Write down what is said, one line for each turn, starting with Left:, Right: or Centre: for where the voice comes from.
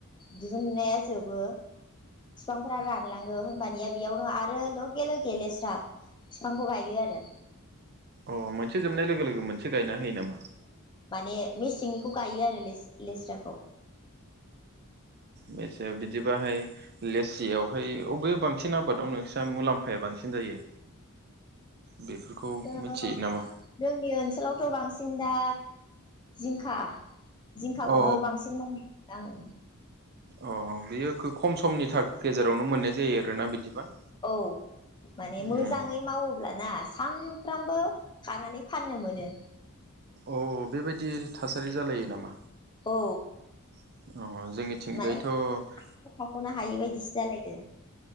Left: दिहुननाया जोबो बिफांफोरा रानलाङो होनबानिया बेयावनो आरो लगे लगे लेस्रा बिफांखौ गायो आरो।
Right: अ मोनसे जोबनाय लोगो लोगो मोनसे गायनाय <unintelligible> नामा?
Left: माने मेसेंनिखौ गायो आरो ले-लेस्राखौ
Right: मसे बिदिबाहाय लेसियावहाय अबे बांसिन आबादाव नोंस्रा मुलाम्फाया बांसिन जायो? बेफोरखौ
Left: ओ
Right: मिथियो नामा?
Left: जोंनि ओनसोलावथ बांसिन दा जिंखा जिंखाखौनो
Right: अ
Left: बांसिन <unintelligible> नाय आङो
Right: अ बियो खो खम समनि गेजेरावनो मोननाय जायो आरोना बिदिबा
Left: औ माने मोजाङै
Right: उम
Left: मावोब्लाना सानफ्रामबो खानानै फाननो मोनो।
Right: अ बेबायदि थासारि जालायो नामा?
Left: औ।
Right: अ जोंनिथिंजायथ'
Left: माने
Right: उम
Left: खाखनो हायि बायदिसो जालायो।